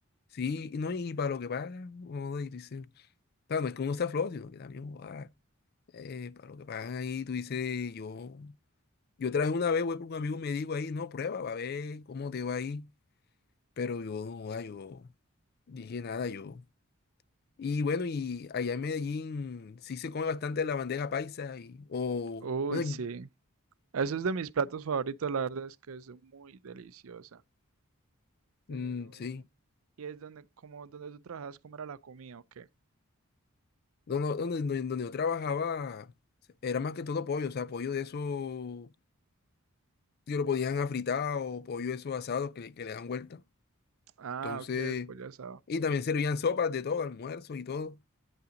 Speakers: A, on the left; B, on the right.
A: Sí, y no, y para lo que pagan, joda, y tú dices, claro, no es que uno sea flojo, sino que también, joda, eh, para lo que pagan ahí, tú dices, yo. Yo traje una vez voy por un amigo y me dijo ahí, no, prueba, va a ver cómo te va ahí. Pero yo, ah, yo dije nada, yo. Y bueno, y allá en Medellín sí se come bastante la bandeja paisa y, o,
B: Uy,
A: bueno,
B: sí. Eso es de mis platos favoritos, la verdad es que es muy deliciosa. Pero,
A: mm, sí.
B: ¿y es donde, como donde tú trabajas, cómo era la comida o qué?
A: Donde, donde, donde- donde yo trabajaba era más que todo pollo, o sea, pollo de eso que lo podían afritar o pollo de esos asados que, le- que le dan vuelta.
B: Ah,
A: Entonces,
B: ok, el pollo asado.
A: y también servían sopas de todo, almuerzo y todo.